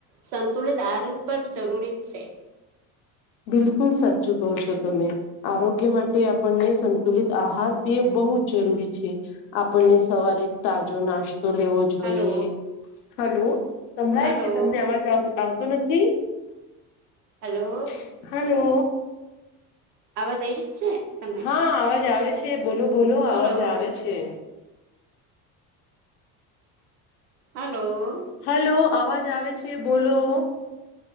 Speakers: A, on the right; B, on the left.
A: સંતુલિત આ પર જરૂરી જ છે.
B: બિલકુલ સાચુ કો છો તમે. આરોગ્ય માટે આપણને સંતુલિત આહાર બે બહુ જ જરૂરી છે. આપણને સવારે તાજો નાસ્ તો લેવો જોઈએ.
A: હલો
B: હાલો. સંભળાય
A: હલો
B: છે તમને અવાજ આવ આવતો નથી?
A: હલો
B: <unintelligible> હાલો.
A: આવાજ આય છે? તમે
B: હા અવાજ આવે છે. બોલો બોલો અવાજ
A: હલો
B: આવે છે.
A: હાલો.
B: હાલો અવાજ આવે છે. બોલો.